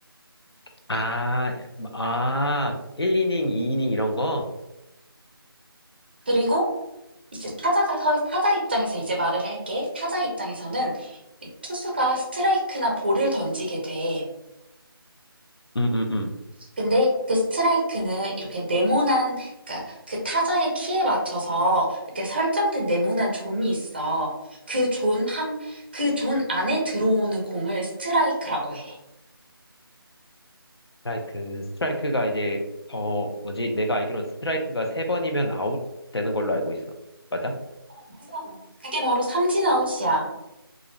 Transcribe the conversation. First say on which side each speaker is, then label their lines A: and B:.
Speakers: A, on the left; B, on the right.
A: 아, 아, 1이닝, 2이닝 이런 거?
B: 그리고 이제 타자가 서, 타자 입장에서 이제 말을 할게. 타자 입장에서는 이 투수가 스트라이크나 볼을 던지게 돼.
A: 음, 음, 음.
B: 근데 그 스트라이크는 이렇게 네모난, 그러니까 그 타자의 키에 맞춰서 이렇게 설정된 네모난 존이 있어. 그 존 한, 그 존 안에 들어오는 공을 스트라이크라고 해.
A: 스트라이크, 스트라이크가 이제, 어, 뭐지? 내가 알기로는 스트라이크가 세 번이면 아웃 되는 걸로 알고 있어. 맞아?
B: 어, 맞아. 그게 바로 삼진 아웃이야.